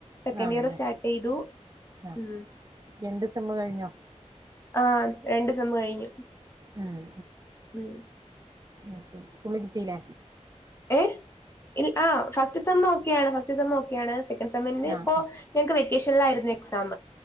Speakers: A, on the left (about 20°); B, on the right (about 30°).
A: സെക്കൻഡിയർ
B: ആണല്ലേ
A: സ്റ്റാർട്ടെയ്തു
B: ആഹ്
A: ഉം
B: രണ്ട് സെമ്മ് കഴിഞ്ഞോ
A: ആ രണ്ട് സെമ്മ് കഴിഞ്ഞു
B: ഉം
A: ഉം
B: ഉം ശെരി ഫുള്ള് കിട്ടീലേ
A: ഏ ആ ഫസ്റ്റ് സെമ്മ് ഓക്കെയാണ് ഫസ്റ്റ് സെമ്മ് ഓക്കെയാണ് സെക്കൻ്റ് സെമ്മ്ൻ്റെപ്പോ
B: ആഹ്
A: ഞങ്ങക്ക് വെക്കേഷന്ലായ്ര്ന്നു എക്സാം